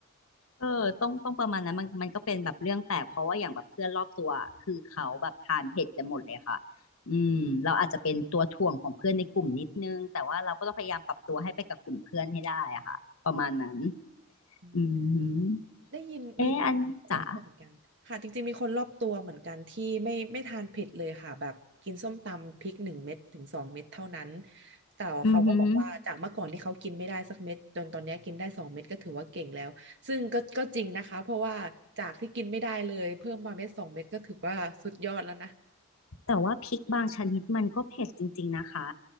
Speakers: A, on the left (about 80°); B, on the right (about 55°).
A: เออต้องต้องประมาณนั้นมันมันก็เป็นแบบเรื่องแปลกเพราะว่าอย่างแบบเพื่อนรอบตัวคือเขาแบบทานเผ็ดกันหมดเลยค่ะอืมเราอาจจะเป็นตัวถ่วงของเพื่อนในกลุ่มนิดนึงแต่ว่าเราก็ต้องพยายามปรับตัวให้ไปกับกลุ่มเพื่อนให้ได้อะค่ะประมาณนั้น
B: อืม
A: อืม
B: ได้ยินมี
A: เอออันจ๋า
B: คนรอบตัวเหมือนกันค่ะจริงๆมีคนรอบตัวเหมือนกันที่ไม่ไม่ทานเผ็ดเลยค่ะแบบกินส้มตำพริกหนึ่งเม็ดถึงสองเม็ดเท่านั้นแต่เขาก็บอกว่าจากเมื่อก่อนที่เขากินไม่ได้สักเม็ดจนตอนเนี้ยกินได้สองเม็ดก็ถือว่าเก่งแล้วซึ่งก็ก็จริงนะคะเพราะว่าจากที่กินไม่ได้เลยเพิ่มมาเม็ดสองเม็ดก็ถือว่าสุดยอดแล้วนะ
A: อือหือ แต่ว่าพริกบางชนิดมันก็เผ็ดจริงๆนะคะ